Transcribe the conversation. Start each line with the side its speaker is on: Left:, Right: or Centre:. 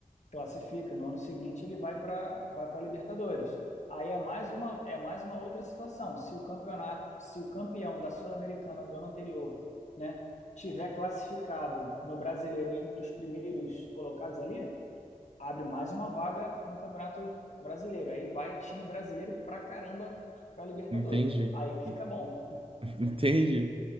Left: classifica. No ano seguinte ele vai para vai para Libertadores. Aí é mais uma é mais uma outra situação. Se o campeonato, se o campeão da Sul-Americana do ano anterior, né, tiver classificado no Brasileiro entre os primeiros colocados ali, abre mais uma vaga no Campeonato Brasileiro. Aí vai time brasileiro pra caramba para Libertadores.
Right: Entendi.
Left: Aí fica
Right: <laughs>
Left: bom.
Right: Entendi.